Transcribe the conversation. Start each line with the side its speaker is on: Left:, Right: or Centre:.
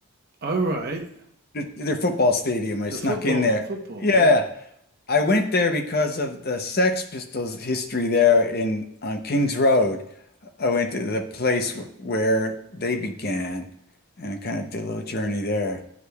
Right: all right.
Left: th- their football stadium. I
Right: The
Left: snuck
Right: football,
Left: in there.
Right: football.
Left: Yeah,
Right: Yeah,
Left: I went there because of the Sex Pistols history there in on King's Road. I went to the place
Right: uh,
Left: wh- where they began and kind of did a little journey there.